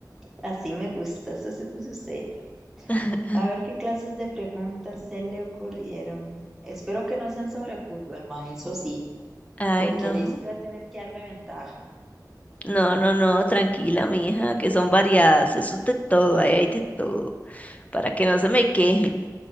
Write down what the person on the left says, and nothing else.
<laughs>
Ay,
no.
No, no, no, tranquila, mija, que son variadas, eso es de todo, ahí hay de todo, para que no se me quejen.